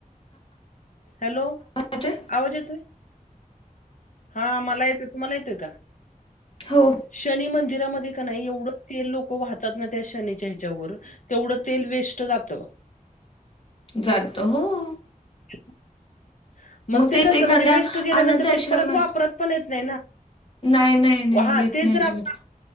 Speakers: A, on the left; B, on the left.
A: हॅलो
B: येतोय?
A: आवाज येत. हा मला येतोय तुम्हाला येतोय का?
B: हो,
A: शनी मंदिरामध्ये का नाही एवढंच ते लोक वाहतात ना त्या शनीच्या ह्याच्यावर तेवढं तेल वेस्ट जात.
B: जात हो.
A: <unintelligible> मग ते
B: तेच
A: कसं
B: एखाद्या
A: म्हणजे वेस्ट गेल्यानंतर
B: अनाथ आश्रमात
A: ते परत वापरत पण येत नाही ना.
B: नाही, नाही, नाही,
A: हा
B: येत
A: ते
B: नाही
A: जर
B: अजिबात.
A: आप